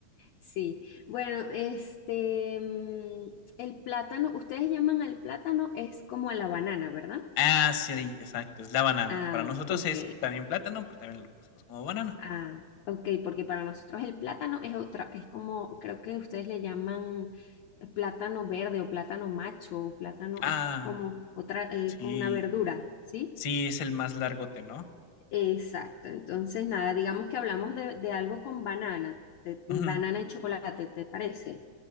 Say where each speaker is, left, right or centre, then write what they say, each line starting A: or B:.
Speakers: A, on the left; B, on the left.
A: sí. Bueno, este, mm, el plátano, ustedes llaman al plátano, es como a la banana, ¿verdad?
B: Ah, sí, exacto, es la banana.
A: Ah,
B: Para nosotros
A: ok.
B: es también plátano, pero también lo conocemos como banana.
A: Ah, ok, porque para nosotros el plátano es otra, es como, creo que ustedes le llaman eh, plátano verde o plátano macho, o plátano
B: Ah,
A: es como otra, es
B: sí.
A: como una verdura, ¿sí?
B: Sí, es el más largote, ¿no?
A: Exacto. Entonces, nada, digamos que hablamos de, de algo con banana, de banana
B: Ujú.
A: y chocolate, ¿te parece?